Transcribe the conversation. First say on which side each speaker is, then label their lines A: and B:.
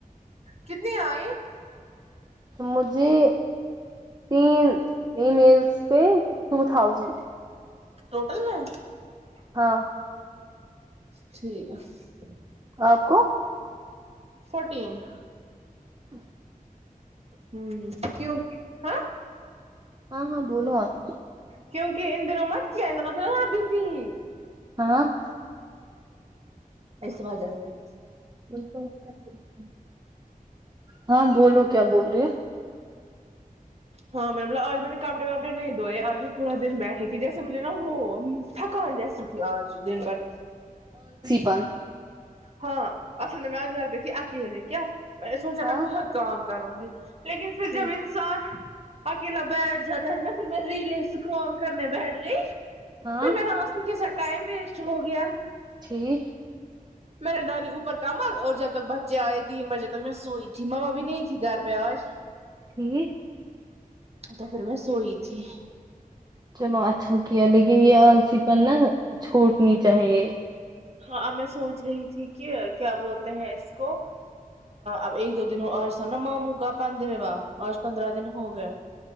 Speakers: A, on the right (about 45°); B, on the right (about 25°).
A: کتنی آئ <unintelligible>
B: مجھے تین ای میلس پہ ٹو تھاؤزینڈ <unintelligible>
A: ٹوٹل میں <unintelligible>
B: ہاں <unintelligible>
A: ٹھیک ہے <unintelligible>
B: آپ کو <unintelligible>
A: فورٹین <unintelligible>
B: ہی <unintelligible>
A: ہوں کیوں <unintelligible> ہاں <unintelligible>
B: ہاں ہاں بولو آپ <unintelligible>
A: کیونکہ ان دنوں مت کیا دنوں تھا تھوڑا بزی ہی <unintelligible>
B: ہاں <unintelligible>
A: اس وجہ سے <unintelligible>
B: بالکل <unintelligible> ہاں بولو کیا بول رہی ہو <unintelligible>
A: ہاں میں ب آج میں نے کپڑے واپڑے نہیں دھوئے آج میں پورا دن بیٹھی تھی جیسے مجھے نا وہ تھکان جیسی تھی آج دن بھر
B: بند
A: ہاں اصل میں میں ہزارپئے تھی آ کے ہیلے کیا میں نے سوچا
B: ہاں
A: میں بہت کام کروں گی <unintelligible> لیکن پھر
B: ٹھیک
A: جب انسان اکیلا بیٹھ جاتا ہے نا پھر میں ریلیں اسکرال کرنے بیٹھ گئی
B: ہاں
A: پھر میرا اسی کے ساتھ ٹائم ویسٹ ہو گیا
B: ٹھیک
A: میر نے ڈالی اوپر کمل اور جب تک بچے آئے تین بجے تک میں سوئی تھی مما بھی نہیں تھی گھر پہ آج
B: ٹھیک
A: تو پھر میں سوئی تھی
B: چلو اچھا کیا لیکن یہ آرسی پر نا چھوٹنی چاہیے
A: ہاں میں سوچ رہی تھی کہ کیا بولتے ہیں اس کو اب ایک دو دن ہو اورسا نا ماموں کا پندرواں آج پندرہ دن ہو گیا